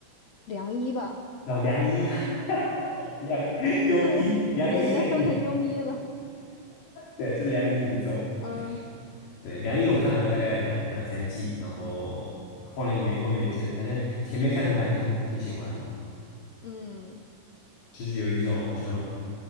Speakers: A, on the left (about 65°); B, on the left (about 85°).
A: 良医吧，
B: 哦，良医，<laughs> 良庸医，
A: 是给人家说成庸医了。
B: 良医，良医，对，是良医没错。
A: 嗯
B: 对，良医我看了大概两两三季，然后后来就没后面也接着反正前面看的时候还挺挺喜欢的，
A: <laughs> 嗯
B: 就是有一种好像，